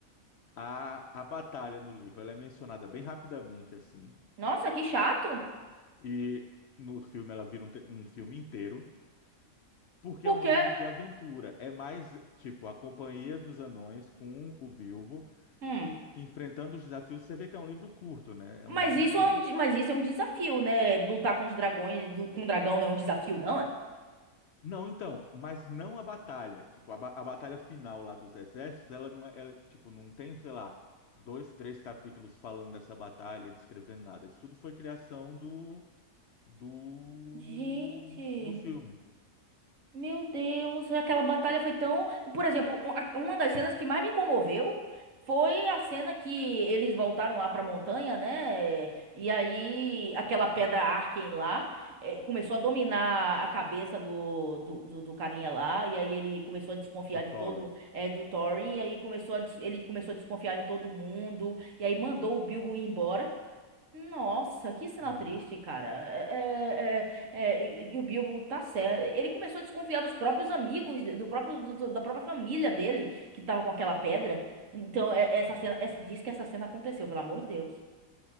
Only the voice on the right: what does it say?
Nossa, que chato.
Porque.
Hum.
Mas
isso
é um, de- mas isso é um desafio, né? Lutar com os dragões, do, com o dragão não é um desafio, não é?
Gente.
Meu Deus, aquela batalha foi tão. Por exemplo, um- a- uma das cenas que mais me comoveu foi a cena que eles voltaram lá pra montanha, né? E aí aquela pedra Arken lá eh, começou a dominar a cabeça do, do, do, do carinha lá. E aí ele começou a desconfiar
de
todo eh, do Thorin. E aí começou a des- ele começou a desconfiar de todo mundo. E aí mandou o Bilbo ir embora. Nossa, que cena
triste, cara. É, é, é, é, e, e o Bilbo tá certo. Ele começou a desconfiar dos próprios amigos, do próprio, do- do- da própria família dele, que tava com aquela pedra. Então, é- essa cena, essa- diz que essa cena aconteceu, pelo amor de Deus.